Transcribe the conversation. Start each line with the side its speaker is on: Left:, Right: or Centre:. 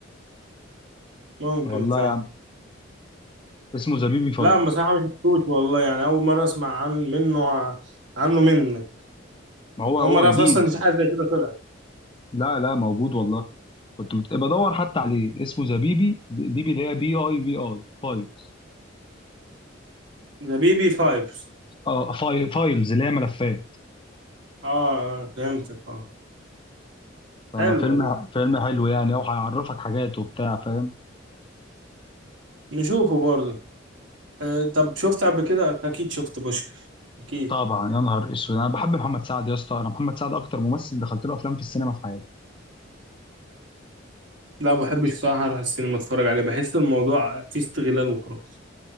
Right: ممكن
Left: والله
Right: فعلا
Left: يا عم اسمه زبيبي فايز
Right: لا بصراحة مش شفتوش والله يعني اول مرة اسمع عن منه ع- عنه منك
Left: ما هو هو
Right: اول مرة اعرف
Left: جديد
Right: اصلا ان في حاجة زي كده طلعت
Left: لا لا موجود والله كنت بت- بدور حتى عليه اسمه ذا بيبي بيبي اللي هي بي اي في اي فايلز
Right: ده بي بي فايبس
Left: اه فايل فايلز اللي هي ملفات
Right: اه آه، فهمتك اه
Left: ففيلم
Right: حلو والله
Left: فيلم حلو يعني او هيعرفك حاجات وبتاع فاهم
Right: نشوفه برضه أه طب شفت قبل كده انت اكيد شفت بوشكاش اكيد
Left: طبعا يا نهار اسود انا بحب محمد سعد يا اسطى انا محمد سعد اكتر ممثل دخلت له افلام في السينما في حياتي
Right: لا ما بحبش بصراحه اروح السينما اتفرج عليه بحس الموضوع فيه استغلال وخلاص